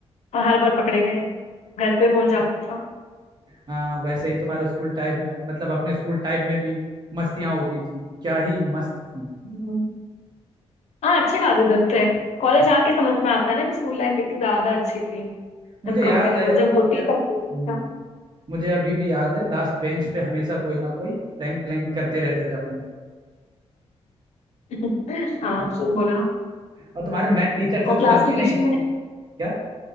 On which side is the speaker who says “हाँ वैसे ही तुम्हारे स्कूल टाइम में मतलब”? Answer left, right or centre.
Right